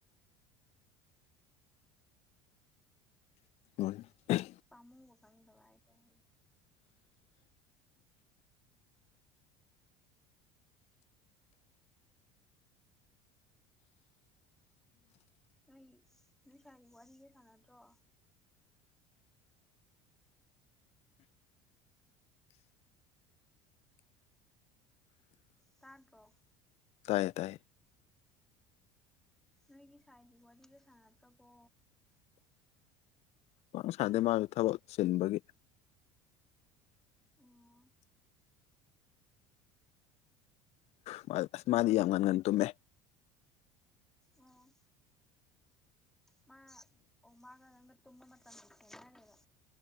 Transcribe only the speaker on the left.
<unintelligible>
ꯇꯥꯏꯌꯦ ꯇꯥꯏꯌꯦ
ꯄꯥꯛꯅ ꯁꯥꯟꯅꯗꯦ ꯃꯥꯖꯨ ꯊꯕꯛ ꯆꯤꯟꯕꯒꯤ
ꯃꯥ ꯑꯁ ꯃꯥꯗꯤ ꯌꯥꯝ ꯉꯟ ꯉꯟꯅ ꯇꯨꯝꯃꯦ